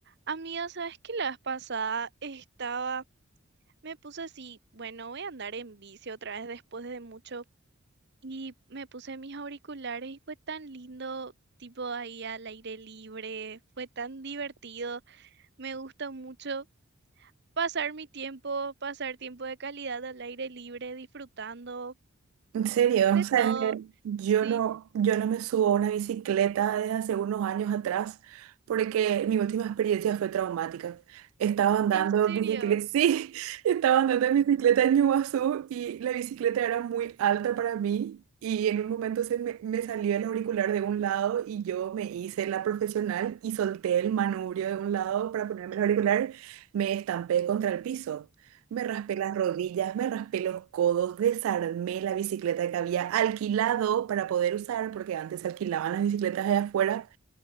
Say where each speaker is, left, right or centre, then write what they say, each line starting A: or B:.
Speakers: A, on the right (about 55°); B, on the right (about 75°).
A: Amiga, ¿sabes qué la vez pasada estaba, me puse así, bueno, voy a andar en bici otra vez después de mucho y me puse mis auriculares y fue tan lindo, tipo ahí al aire libre, fue tan divertido, me gusta mucho pasar mi tiempo, pasar tiempo de calidad al aire libre, disfrutando
B: En serio,
A: de
B: o sea,
A: todo.
B: es que yo
A: Sí,
B: no, yo no me subo a una bicicleta desde hace unos años atrás porque mi última experiencia fue traumática. Estaba andando
A: en serio,
B: en bicicleta, <laughs> sí, estaba andando en bicicleta en Iguazú y la bicicleta era muy alta para mí y en un momento se me, me salió el auricular de un lado y yo me hice la profesional y solté el manubrio de un lado para ponerme el auricular, me estampé contra el piso. Me raspé las rodillas, me raspé los codos, desarmé la bicicleta que había alquilado para poder usar, porque antes se alquilaban las bicicletas allá afuera.